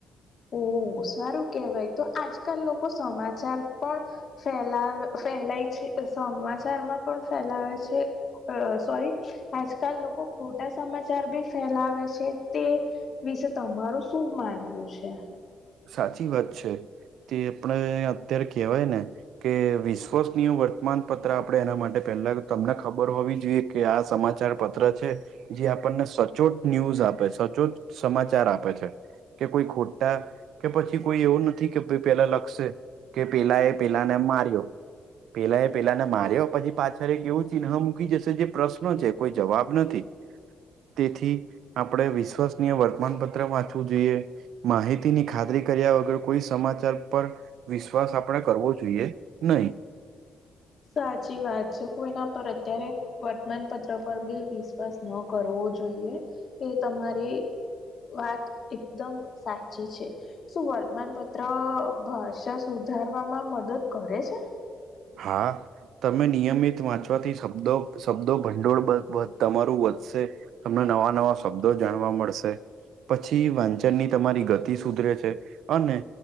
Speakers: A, on the left; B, on the right.
A: ઓ સારું કેહેવાય તો આજકાલ લોકો સમાચાર પણ ફેલા ફેલાય છે, સમાચારમાં પણ ફેલાવે છે. અ સોરી આજકાલ લોકો ખોટા સમાચાર બી ફેલાવે છે તે વિશે તમારું શું માનવું છે?
B: સાચી વાત છે, તે આપણે અત્યારે કહેવાય ને. કે વિશ્વસનીય વર્તમાન પત્ર આપણે એના માટે પહેલા તમને ખબર હોવી જોઈએ. કે આ સમાચાર પત્ર છે. જે સચોટ ન્યુઝ આપે, સચોટ સમાચાર આપે છે. કે કોઈ ખોટા કે પછી કોઈ એવું નથી કે પેલા લખશે, કે પેલા એ પેલાને માર્યો. પેલા એ પેલા માર્યો પછી પાછળ કેવું ચિન્હ્ મૂકી જશે જે પ્રશ્નો છે. કોઈ જવાબ નથી. તેથી આપણેે વિશ્વસનીય વર્તમાનપત્ર વાંચવું જોઈએ, માહિતીની ખાત- -રી કર્યા વગર કોઈ સમાચાર પર વિશ્વાસ આપણે કરવો જોઈએ નહી.
A: સાચી વાત છે કોઈ ના પર અત્યારે વર્તમાનપત્ર પર બી વિશ્વાસ ન કરવો જોઈએ, એ તમારી વાત એકદમ સાચી છે. શું વર્તમાનપત્ર ભાષા સુધારવામાં મદદ કરે છે?
B: હા. તમે નિયમિત વાંચવાથી શબ્દો શબ્દો ભંડોળ બબ તમારું વધશે. તમને નવા નવા શબ્દો જાણવા મળશે. પછી વાંચનની તમારી ગતિ સુધરે છે અને